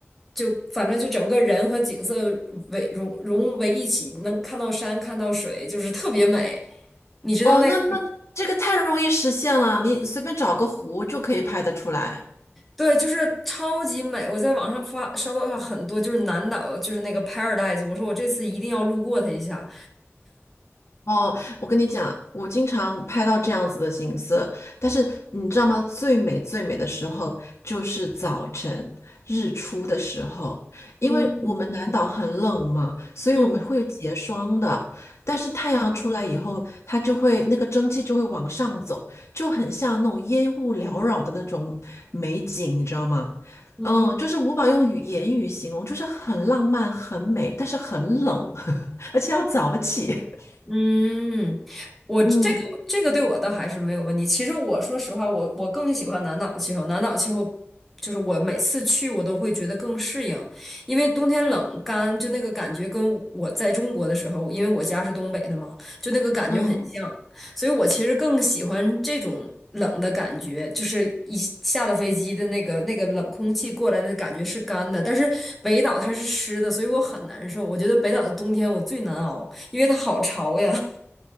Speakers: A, in the centre; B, on the left.
A: 就反正就整个人和景色为融融为一起，能看到山，看到水，就是特别美。你知道那个
B: 哦，那那这个太容易实现了，你随便找个湖就可以拍得出来。
A: 对，就是超级美。我在网上发刷到很多，就是南岛，就是那个 Paradise，我说我这次一定要路过它一下。
B: 哦，我跟你讲，我经常拍到这样子的景色，但是你知道吗？最美最美的时候就是早晨日出的时候，因为我们南岛很冷嘛，
A: 嗯
B: 所以我们会有结霜的。
A: 嗯
B: 但是太阳出来以后，它就会那个蒸汽就会往上走，就很像那种烟雾缭绕的那种美景，你知道吗？
A: 嗯。
B: 嗯，就是无法用语言语形容，就是很浪漫、很美，但是很冷，<laughs> 而且要早起。<laughs>
A: 嗯，我这个我这个对我倒还是没有问题。
B: 嗯。
A: 其实我说实话，我我更喜欢南岛的气候。南岛气候就是我每次去我都会觉得更适应，因为冬天冷干，就那个感觉跟我在中国的时候，因为我家是东北的嘛，就那个感觉很像。
B: 嗯，
A: 所以我其实更喜欢这种冷的感觉，就是一下了飞机的那个那个冷空气过来的感觉是干的，但是北岛它是湿的，所以我很难受。我觉得北岛的冬天我最难熬，因为它好潮呀。